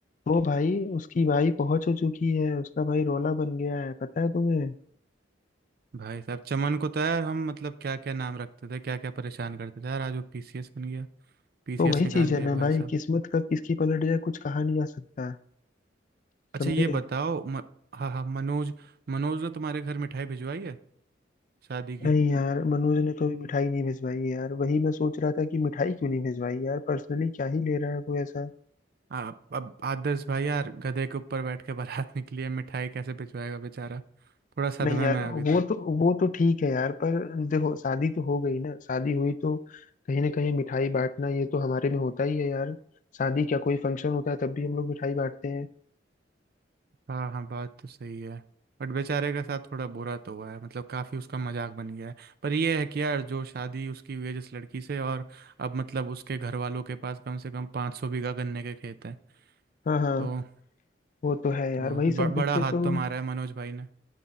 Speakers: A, on the left; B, on the right.
A: वो भाई उसकी भाई पहुंच हो चुकी है उसका भाई रोला बन गया है पता है तुम्हें
B: भाई साहब चमन को तो यार हम मतलब क्या क्या नाम रखते थे क्या क्या परेशान करते थे यार आज वो पीसीएस बन गया पीसीएस
A: तो वही
B: निकाल
A: चीज है
B: दिया
A: ना
B: भाई
A: भाई
B: साहब
A: किस्मत कब किसकी पलट जाए कुछ कहा नहीं जा सकता
B: अच्छा
A: समझे
B: ये बताओ म, हाँ हाँ मनोज मनोज ने तुम्हारे घर मिठाई भिजवाई है शादी की
A: नहीं यार मनोज ने तो अभी मिठाई नहीं भिजवाई यार वही मैं सोच रहा था कि मिठाई क्यों नहीं भिजवाई यार पर्सनली क्या ही ले रहा है वो ऐसा
B: आ, अब आदर्श भाई यार गधे के ऊपर बैठ के बारात निकली है मिठाई कैसे भिजवाएगा बेचारा थोड़ा सदमे
A: नहीं यार
B: में है
A: वो
B: अभी तक
A: तो वो तो ठीक है यार पर देखो शादी तो हो गई ना शादी हुई तो कहीं ना कहीं मिठाई बांटना ये तो हमारे में होता ही है यार शादी क्या कोई फंक्शन होता है तब भी हम लोग मिठाई बांटते हैं
B: हाँ हाँ बात तो सही है बट बेचारे के साथ थोड़ा बुरा तो हुआ है मतलब काफ़ी उसका मजाक बन गया है पर ये है कि यार जो शादी उसकी हुई है जिस लड़की से और अब मतलब उसके घर वालों के पास कम से कम पाँच सौ बीघा गन्ने के खेत हैं
A: हाँ हाँ
B: तो
A: वो तो है यार
B: तो
A: वही सब
B: ब,
A: देख
B: बड़ा
A: के
B: हाथ
A: तो
B: तो मारा है मनोज भाई ने